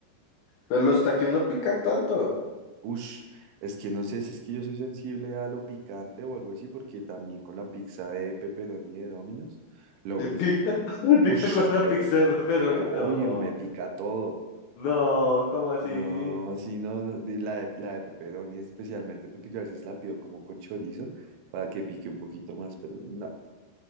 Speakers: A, on the left; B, on the right.
A: Pero los taquis no pican tanto.
B: ush, es que no sé si es que yo soy sensible a lo picante o algo así, porque también con la pizza de pepperoni de Domino's, lo
A: ¿Te
B: mismo.
A: pica? <laughs> ¿Te pica
B: Ush,
A: con una
B: pero
A: pizza de pepperoni?
B: pica- obvio,
A: No,
B: me pica todo.
A: no, ¿cómo así?
B: No, sí, no, no, de la de, la de pepperoni especialmente, porque yo a veces la pido como con chorizo para que pique un poquito más, pero no.